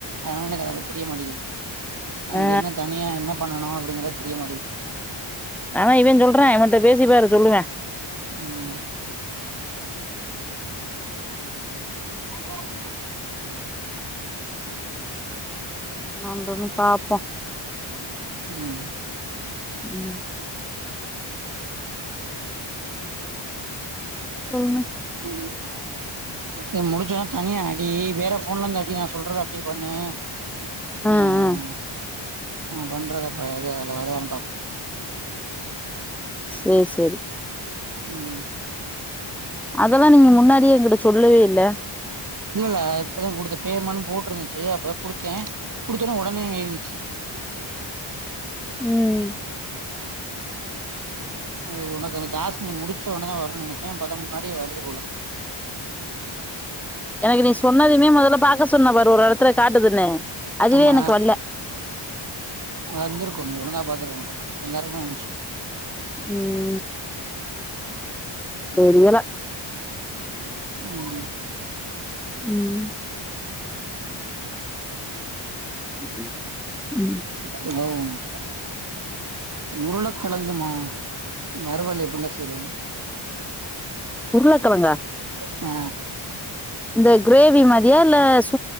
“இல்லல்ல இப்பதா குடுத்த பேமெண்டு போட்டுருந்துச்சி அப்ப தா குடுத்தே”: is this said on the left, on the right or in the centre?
Right